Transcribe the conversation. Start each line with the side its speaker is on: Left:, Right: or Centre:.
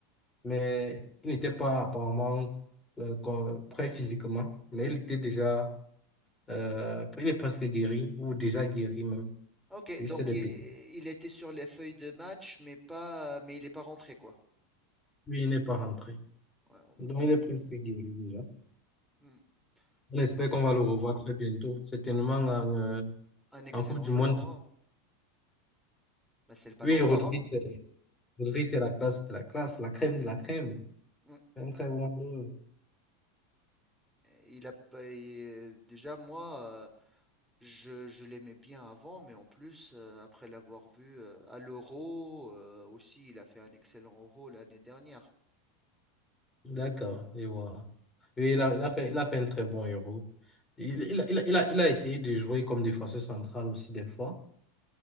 Left: Mais il n'était pas apparemment euh, co- prêt physiquement. Mais il était déjà, euh, il est presque guéri, ou déjà guéri même.
Centre: Ok,
Left: Juste
Centre: donc
Left: des
Centre: il,
Left: petits.
Centre: il était sur les feuilles de match, mais pas, mais il n'est pas rentré quoi.
Left: Oui, il n'est pas rentré.
Centre: Ouais, on-
Left: Donc, il
Centre: on-
Left: est presque guéri déjà.
Centre: hmm,
Left: On
Centre: c'est
Left: espère
Centre: vrai.
Left: qu'on va le revoir très bientôt, certainement
Centre: Ah,
Left: en, euh,
Centre: un excellent
Left: en Coupe du
Centre: joueur.
Left: Monde.
Centre: hein. Bah, c'est le Ballon
Left: Oui,
Centre: d'Or.
Left: Rodri,
Centre: hein.
Left: c'est Rodri, c'est la classe, c'est la classe, la crème de la crème.
Centre: Hmm.
Left: C'est un très bon joueur.
Centre: Il a pas- il- déjà moi, euh, je, je l'aimais bien avant, mais en plus euh, après l'avoir vu euh, à l'Euro euh, aussi, il a fait un excellent Euro l'année dernière.
Left: D'accord, je vois. Oui, il a, il a fait, il a fait un très bon héros. Il, il, a, il a- il a- il a essayé de jouer comme défenseur central aussi des fois.